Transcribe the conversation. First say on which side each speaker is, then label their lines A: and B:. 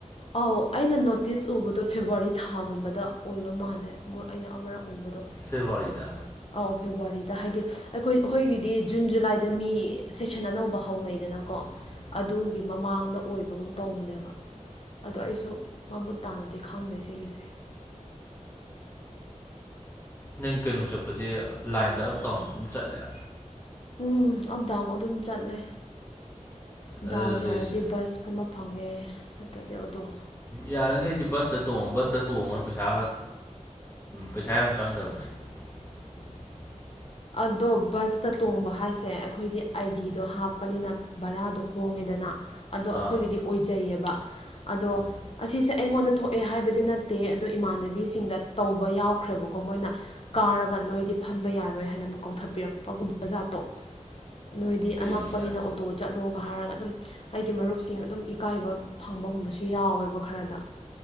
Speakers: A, on the left; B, on the left.
A: ꯑꯧ ꯑꯩꯅ ꯅꯣꯇꯤꯁ ꯎꯕꯗꯣ ꯐꯦꯕꯋꯥꯔꯤ ꯊꯥꯒꯨꯝꯕꯗ ꯑꯣꯏꯕ ꯃꯥꯜꯂꯦ ꯃꯣꯏ ꯑꯩꯅ ꯑꯃꯔꯛ ꯎꯕꯗꯣ
B: ꯐꯦꯕꯋꯥꯔꯤꯗ
A: ꯑꯧ ꯐꯦꯕꯋꯥꯔꯤꯗ ꯍꯥꯏꯗꯤ ꯑꯩꯈꯣꯏ ꯑꯩꯈꯣꯏꯒꯤꯗꯤ ꯖꯨꯟ ꯖꯨꯂꯥꯏꯗ ꯃꯤ ꯁꯦꯁꯟ ꯑꯅꯧꯕ ꯍꯧꯅꯩꯗꯅꯀꯣ
B: <unintelligible>
A: ꯑꯗꯨꯒꯤ ꯃꯃꯥꯡꯗ ꯑꯣꯏꯕꯒꯨꯝ ꯇꯧꯕꯅꯦꯕ ꯑꯗꯣ ꯑꯩꯁꯨ ꯃꯃꯨꯠ ꯇꯥꯅꯗꯤ ꯈꯪꯗꯦ ꯁꯤꯒꯤꯁꯦ
B: ꯅꯪ ꯀꯩꯅꯣ ꯆꯠꯄꯗꯤ ꯂꯥꯏꯟꯗ ꯑꯞ ꯗꯥꯎꯟ ꯑꯗꯨꯝ ꯆꯠꯂꯦ
A: ꯎꯝ ꯑꯞ ꯗꯥꯎꯟ ꯑꯗꯨꯝ ꯆꯠꯂꯦ
B: ꯑꯗꯨꯗꯤ
A: ꯗꯥꯎ ꯌꯥꯔꯗꯤ
B: ꯁꯤ
A: ꯕꯁ ꯐꯝꯃ ꯐꯪꯉꯦ ꯅꯠꯇ꯭ꯔꯗꯤ ꯑꯗꯣ
B: ꯌꯥꯔꯤꯈꯩꯗꯤ ꯕꯁꯇ ꯇꯣꯡꯉꯣ ꯕꯁꯇ ꯇꯣꯡꯉꯨꯔ ꯄꯩꯁꯥ ꯄꯩꯁꯥ ꯌꯥꯝ ꯆꯪꯗꯕꯅꯦ <inaudible>
A: ꯑꯗꯣ ꯕꯁꯇ ꯇꯣꯡꯕ ꯍꯥꯏꯁꯦ ꯑꯩꯈꯣꯏꯗꯤ ꯑꯥꯏ ꯗꯤꯗꯣ ꯍꯥꯞꯄꯅꯤꯅ ꯕꯔꯥꯗꯣ ꯍꯣꯡꯉꯦꯗꯅ ꯑꯗꯣ ꯑꯩꯈꯣꯏꯒꯤꯗꯤ
B: ꯑꯥ
A: ꯑꯣꯏꯖꯩꯌꯦꯕ ꯑꯗꯣ
B: ꯎꯝ
A: ꯑꯁꯤꯁꯦ ꯑꯩꯉꯣꯟꯗ ꯊꯣꯛꯑꯦ ꯍꯥꯏꯕꯗꯤ ꯅꯠꯇꯦ ꯑꯗꯣ ꯏꯃꯥꯟꯅꯕꯤꯁꯤꯡꯗ ꯇꯧꯕ ꯌꯥꯎꯈ꯭ꯔꯦꯕꯀꯣ ꯃꯣꯏꯅ ꯀꯥꯔꯒ ꯅꯣꯏꯗꯤ ꯐꯝꯕ ꯌꯥꯔꯣꯏ ꯍꯥꯏꯅ ꯑꯃꯛ ꯀꯧꯊꯕꯤꯔꯛꯄꯒꯨꯝꯕ ꯖꯥꯠꯇꯣ ꯅꯣꯏꯗꯤ
B: ꯀꯩꯒꯤ
A: ꯑꯅꯛꯄꯅꯤꯅ
B: ꯑꯦ
A: ꯑꯣꯇꯣ ꯆꯠꯂꯣꯒ ꯍꯥꯏꯔꯒ ꯑꯗꯨꯝ ꯑꯩꯒꯤ ꯃꯔꯨꯞꯁꯤꯡ ꯑꯗꯨꯝ ꯏꯀꯥꯏꯕ ꯐꯪꯕꯒꯨꯝꯕꯁꯨ ꯌꯥꯎꯋꯦꯕ ꯈꯔꯗ